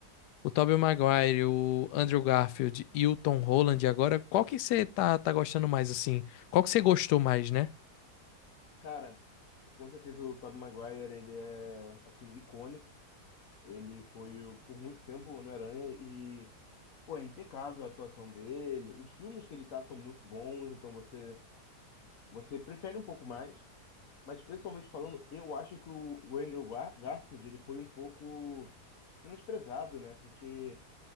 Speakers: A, on the left; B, on the left.
A: o Tobey Maguire, o Andrew Garfield e o Tom Holland agora, qual que você tá, tá gostando mais, assim? Qual que você gostou mais, né?
B: Cara, com certeza o Tobey Maguire, ele é, assim, icônico. Ele foi, o- por muito tempo, o Homem-Aranha e, pô, é impecável a atuação dele. Os filmes que ele tá são muito bons, então você, você prefere um pouco mais. Mas pessoalmente falando, eu acho que o o Andrew Gar- Garfield ele foi um pouco menosprezado, né? Porque